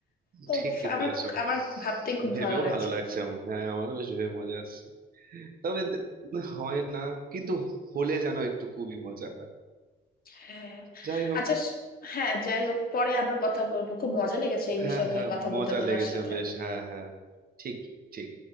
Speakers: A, on the left; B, on the right.
A: তো
B: ঠিকই
A: আমার
B: বলেছো
A: আমার ভাবতেই খুব
B: ভেবেও
A: ভালো লাগছে
B: ভালো লাগছে আমার হ্যাঁ আমারও বেশ ভেবে মজা আসছে তবে দে- হয় না কিন্তু হলে যেন একটু খুবই মজা হয়
A: হ্যাঁ
B: যাই হোক
A: আচ্ছা স- হ্যাঁ যাই হোক পরে আবার কথা বলবো খুব মজা লেগেছে এই
B: হ্যাঁ
A: বিষয় নিয়ে
B: হ্যাঁ
A: কথা
B: মজা
A: বলতে তোমার
B: লেগেছে
A: সাথে
B: বেশ হ্যাঁ হ্যাঁ ঠিক ঠিক